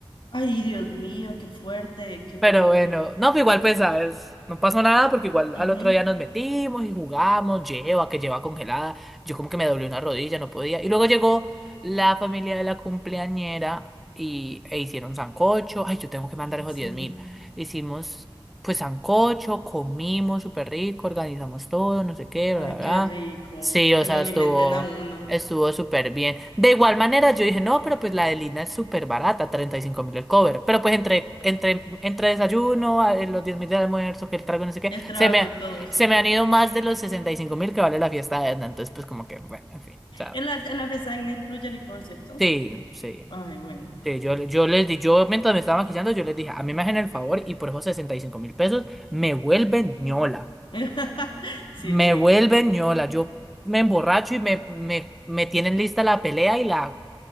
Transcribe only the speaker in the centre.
Pero
bueno, no, pero igual pues, ¿sabes? No pasó nada porque igual
al otro día nos metimos y jugamos, lleva, que lleva congelada. Yo como que me doblé una rodilla, no podía. Y luego llegó la familia de la cumpleañera y, e hicieron sancocho. Ay, yo tengo que mandar
esos
diez mil. Hicimos pues sancocho, comimos súper rico, organizamos todo, no sé qué,
bla, bla. bla.
Sí, o
sea,
estuvo...
Estuvo súper bien. De igual manera, yo dije, no, pero pues la de Lina es súper barata, treinta y cinco mil el cover. Pero pues entre, entre, entre desayuno, a- eh, los diez mil de almuerzo, que el trago, no sé qué,
se me,
se me han ido más de los sesenta y cinco mil que vale la fiesta de Edna. Entonces, pues como que, bueno, en fin. O sea,
sí, sí.
Sí, yo, yo les di, yo mientras me estaba maquillando, yo les dije, a mí me hacen el favor y por esos sesenta y cinco mil pesos me vuelven ñola.
Me
vuelven
ñola. Yo me emborracho y me, me, me tienen lista la pelea y la